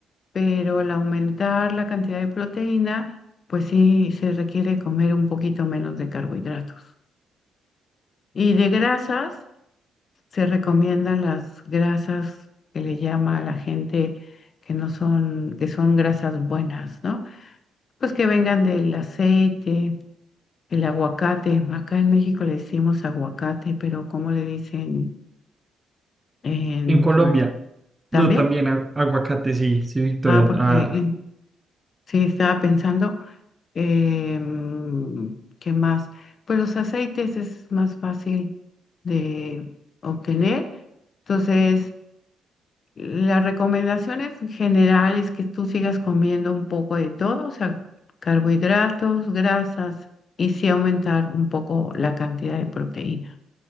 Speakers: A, on the left (about 45°); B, on the right (about 15°).
A: pero al aumentar la cantidad de proteína, pues sí se requiere comer un poquito menos de carbohidratos. Y de grasas, se recomiendan las grasas que le llama a la gente que no son, que son grasas buenas, ¿no? Pues que vengan del aceite, el aguacate. Acá en México le decimos aguacate, pero ¿cómo le dicen en
B: En Colombia,
A: Col- también?
B: no, también a- aguacate, sí, sí, Victoria.
A: Ah, porque
B: Ah,
A: en- sí, estaba pensando. Em, ¿qué más? Pues los aceites es más fácil de obtener. Entonces, la recomendación en general es que tú sigas comiendo un poco de todo, o sea, carbohidratos, grasas y sí aumentar un poco la cantidad de proteína.